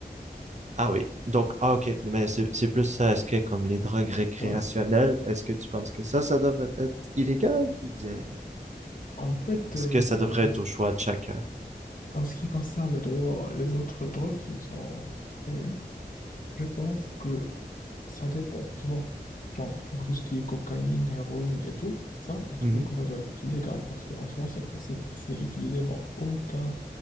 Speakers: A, on the right (about 45°); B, on the left (about 55°).
A: Ah oui. Donc, ah, ok. Mais c'est c'est plus ça. Est-ce que comme les drogues récréationnelles,
B: Ouais.
A: est-ce que tu penses que ça, ça devrait être illégal ou bien
B: En fait,
A: est-ce
B: euh,
A: que ça devrait
B: bon, en
A: être
B: ce
A: au
B: qui,
A: choix de chacun?
B: en ce qui concerne les droits, les autres drogues qui sont créées, je pense que ça dépend, tu vois. Genre, pour tout ce qui est cocaïne, héroïne et tout, ça, je trouve
A: Mhm.
B: que ça doit être illégal parce qu'en soi, c'est- ce n'est ce n'est utilisé dans aucun